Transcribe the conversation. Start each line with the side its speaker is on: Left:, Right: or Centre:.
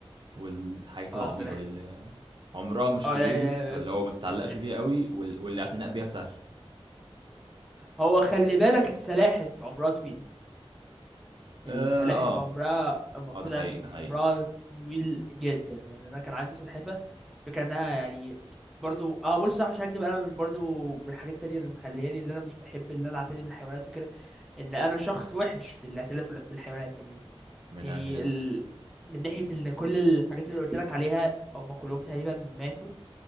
Right: والحاجات
Centre: آه،
Right: العبيطه
Centre: السلاحف
Right: دي اللي عمرها مش
Centre: اه
Right: طويل
Centre: لا، آه،
Right: فاللي
Centre: ب-
Right: هو ما تتعلقش
Centre: ب-
Right: بيها قوي وال... والاعتناء بيها سهل
Centre: هو خلي بالك السلاحف عمرها طويل
Right: اه
Centre: السلاحف
Right: اه
Centre: عمرها المفروض
Right: آه، ده حقيقي
Centre: يعني
Right: ده حقيقي
Centre: عمرها طويل جدا يعني انا كان عندي سلحفه فكره انها يعني برضو اه بص صح مش هكدب انا من برضو من الحاجات التانية اللي مخلياني اللي انا مش بحب اللي انا اعتني بالحيوانات وكده ان انا شخص وحش في الاعتلاف بالحيوانات يعني
Right: من
Centre: يعني
Right: انهي ناحية
Centre: ال... من ناحية ان كل الحاجات اللي قلت لك عليها او ما كلهم تقريبا ماتوا